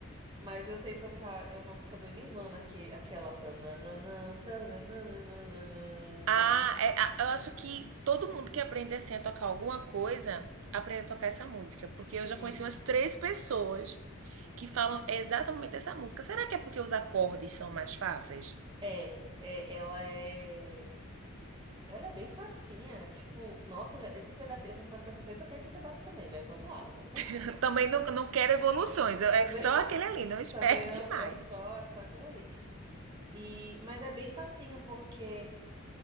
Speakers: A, on the right; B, on the right.
A: Mas eu sei tocar. É uma música do Nirvana, que, aquela. tananana, tananana,
B: Ah, é, a- eu acho que todo mundo que aprende assim a tocar alguma coisa, aprende a tocar essa música, porque
A: Sim,
B: eu já conheci umas três pessoas que falam exatamente essa música. Será que é porque os acordes são mais fáceis?
A: é, é, ela é, ela é bem facinha, tipo, nossa, ela- esse pedacinho, eu só, só que eu só sei tocar esse pedaço também, né? Vamos lá, vamos com calma.
B: <laughs> Também não, não quero evoluções, eu- é
A: Também,
B: só
A: <laughs>
B: aquele ali, não espere
A: também não,
B: <laughs> demais.
A: é só, é só aquilo ali. E, mas é bem facinho porque